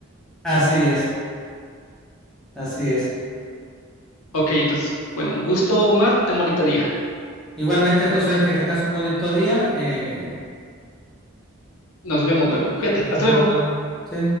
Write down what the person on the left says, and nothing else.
Ok, entonces, bueno, un gusto, Omar, ten bonito día.
Nos vemos luego. Cuídate. Hasta
luego.